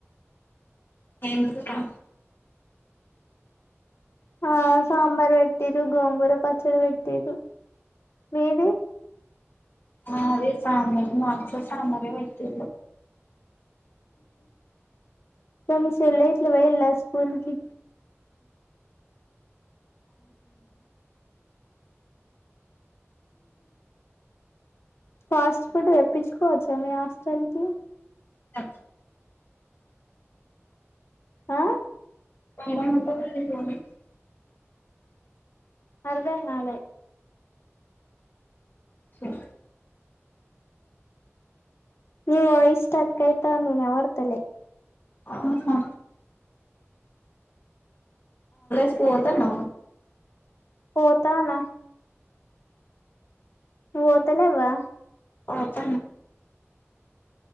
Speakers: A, on the left; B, on the left.
A: ఏ <unintelligible>
B: ఆ సాంబార్ పెట్టిరు గోంగూర పచ్చడి పెట్టిరు మీది
A: అదే సామ మాస సాామర వటి
B: సమసలట్ల వయలా స్కూల్కి ఫాస్ట్ ఫుడ్ తెప్పించుకోవచ్చా మీ హాస్టల్ కి
A: అే
B: ఆ
A: మేడం ఉంటది
B: అర్ధానాళ
A: ఓ
B: నవ ఇష్ట కైతా మీనా వర్తలే
A: ఆహా స్కుత న
B: పోతానా పోఓతలేవా
A: ప్ప